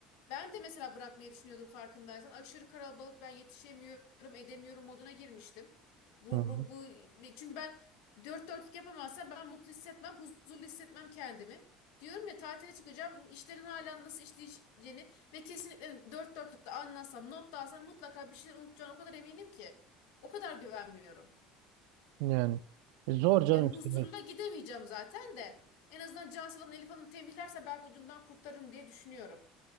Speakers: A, on the left (about 80°); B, on the right (about 80°).
A: Ben de mesela bırakmayı düşünüyordum farkındaysan. Aşırı kalabalık ben yetişemiyorum, edemiyorum moduna girmiştim. Bu,
B: Hı hı.
A: bu, bu çünkü ben dört dörtlük yapamazsa ben mutlu hissetmem, huzurlu hissetmem kendimi. Diyorum ya tatile çıkacağım, işlerin hala nasıl işleyeceğini ve kesinlikle dört dörtlükte anlasam, not da alsam mutlaka bir şeyler unutacağım o kadar eminim ki. O kadar güvenmiyorum.
B: Yani E, zor canım
A: Yani
B: işte.
A: huzurla gidemeyeceğim zaten de. En azından Cansel'in Hanım, Elif Hanım tembihlerse belki ucundan kurtarırım diye düşünüyorum.